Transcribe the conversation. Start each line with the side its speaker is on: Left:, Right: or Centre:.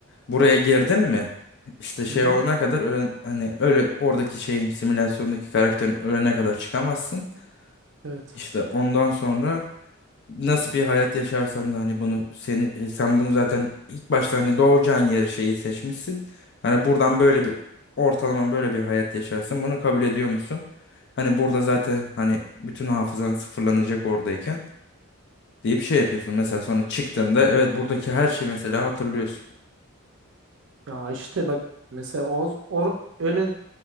Left: buraya girdin mi? İşte şey
Right: Hı hı.
Left: olana kadar öğren- hani öyle oradaki şeyin simülasyondaki karakterin ölene kadar çıkamazsın.
Right: Evet.
Left: İşte ondan sonra nasıl bir hayat yaşarsan da hani bunu seni e, sen bunu zaten ilk başta hani doğacağın yeri şeyi seçmişsin. Hani buradan böyle bir ortalama böyle bir hayat yaşarsın. Bunu kabul ediyor musun? Hani burada zaten hani bütün hafızan sıfırlanacak oradayken deyip şey yapıyorsun. Mesela sonra çıktığında evet buradaki her şeyi mesela hatırlıyorsun.
Right: Ya işte bak mesela o, o öyle